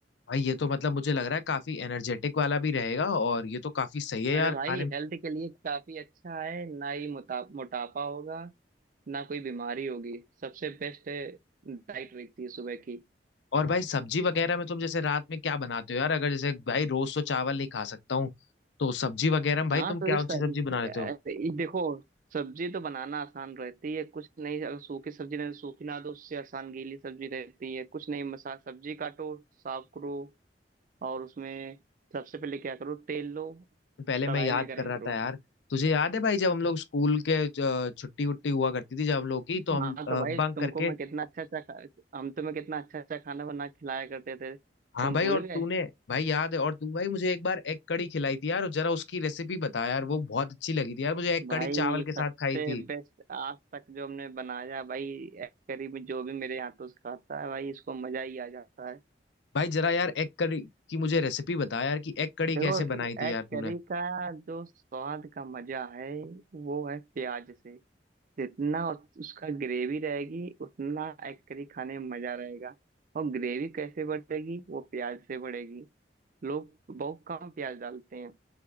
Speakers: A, on the left; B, on the right.
A: भाई ये तो मतलब मुझे लग रहा है काफी एनर्जेटिक वाला भी रहेगा और ये तो काफी सही है यार
B: अरे भाई
A: खाने में
B: हेल्थ के लिए काफी अच्छा है ना ही मोटा, मोटापा होगा ना कोई बीमारी होगी सबसे बेस्ट डाइट रहती है सुबह की
A: और भाई सब्जी वगैरह में तुम जैसे रात में क्या बनाते हो यार अगर जैसे भाई रोज तो चावल नहीं खा सकता हूँ तो सब्जी वगैरह में भाई
B: हाँ
A: तुम
B: तो
A: क्या
B: ये सब्जी
A: ऊंची सब्जी बना लेते हो
B: देखो सब्जी तो बनाना आसान रहती है कुछ नहीं अगर सूखी सब्जी नहीं सूखी ना दो उससे आसान गीली सब्जी रहती है कुछ नहीं मसा सब्जी काटो साफ करो और उसमें सबसे पहले क्या करो तेल लो
A: पहले
B: कढ़ाई
A: मैं याद
B: में गरम
A: कर रहा
B: करो
A: था यार तुझे याद है भाई जब हम लोग स्कूल के अ, छुट्टी वुट्टी हुआ करती थी जब हम लोग की तो हम
B: हाँ
A: बंक
B: तो भाई तुमको
A: करके
B: मैं कितना अच्छा अच्छा खा- हम तुम्हें कितना अच्छा अच्छा खाना बना के खिलाया करते थे तुम
A: हाँ भाई
B: भूल
A: और तूने
B: गए
A: भाई याद है और तू भाई मुझे एक बार एग कड़ी खिलाई थी यार और जरा उसकी रेसिपी बता यार वो बहुत अच्छी लगी थी यार मुझे एग
B: भाई
A: कड़ी चावल के साथ
B: सबसे
A: खाई थी
B: बेस्ट आज तक जो हमने बनाया भाई करीब जो भी मेरे हाथों से खाता है भाई इसको मजा ही आ जाता है
A: भाई जरा यार एग कड़ी की मुझे रेसिपी बता यार कि एग कड़ी
B: देखो
A: कैसे बनाई थी
B: एग
A: यार तूने
B: करी का जो स्वाद का मजा है वो है प्याज से जितना उस- उसका ग्रेवी रहेगी उतना एग करी खाने में मजा रहेगा और ग्रेवी कैसे बढ़ेगी वो प्याज से बढ़ेगी लोग बहुत कम प्याज डालते हैं